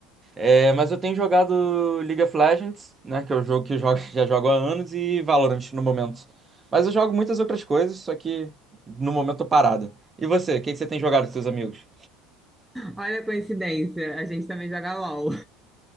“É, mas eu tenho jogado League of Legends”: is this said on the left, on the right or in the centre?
Right